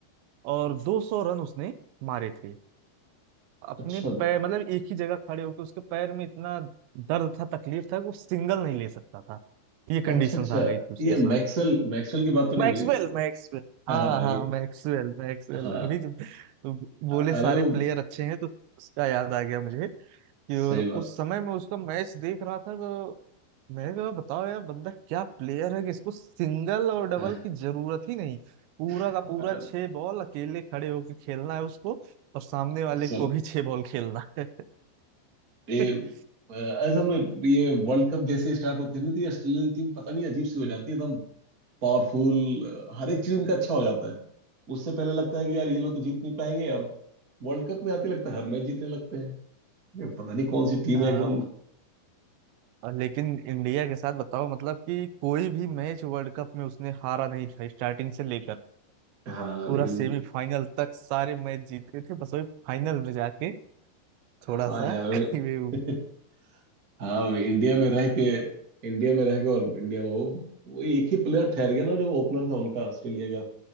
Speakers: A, on the right (about 80°); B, on the right (about 35°).
A: और 200 रन उसने मारे थे अपने
B: अच्छा
A: पैर मतलब एक ही जगह खड़े होकर उसके पैर में इतना दर्द था तकलीफ था कि वो सिंगल नहीं ले सकता था ये कंडीशंस
B: अच्छा अच्छा
A: आ गई थी उसके
B: ये मैक्सवेल मैक्सवेल की बात तो नहीं
A: मैक्सवेल
B: हो रही
A: मैक्सवेल
B: हाँ
A: हाँ हाँ
B: ये-
A: मैक्सवेल मैक्सवेल
B: हाँ
A: अभी जब बोले
B: अ-
A: सारे
B: अरे वो
A: प्लेयर अच्छे हैं तो उसका याद आ गया मुझे कि
B: सही
A: और उस
B: बात
A: समय मैं उसका मैच देख रहा था तो मैंने कहा बताओ यार बंदा क्या प्लेयर है कि इसको सिंगल और डबल
B: हाँ
A: की जरूरत ही नहीं पूरा
B: <laughs>
A: का पूरा
B: अ,
A: छह बॉल अकेले खड़े होकर खेलना है उसको और सामने वाले
B: सब
A: को भी छह बॉल खेलना है
B: ये
A: <laughs>
B: अ, असल में ये वर्ल्ड कप जैसे स्टार्ट होती है ना तो ये ऑस्ट्रेलियन टीम पता नहीं अजीब सी हो जाती है पावरफुल हर एक चीज उनका अच्छा हो जाता है उससे पहले लगता है कि यार ये लोग तो जीत नहीं पाएंगे और वर्ल्ड कप में आते लगता है हर मैच जीतने लगते हैं ये पता नहीं कौन सी टीम
A: हाँ,
B: है एकदम
A: और लेकिन इंडिया के साथ बताओ मतलब कि कोई भी मैच वर्ल्ड कप में उसने हारा नहीं था स्टार्टिंग से लेकर
B: हाँ
A: पूरा
B: लेकिन
A: सेमीफाइनल तक सारे मैच जीते थे बस वही फाइनल में जाके
B: हाँ
A: थोड़ा सा
B: यार
A: <laughs> कहीं भी वो,
B: <laughs> हाँ वो इंडिया में रह के इंडिया में रह के और इंडिया में वो वो एक ही प्लेयर ठहर गया ना जो ओपनर था उनका ऑस्ट्रेलिया का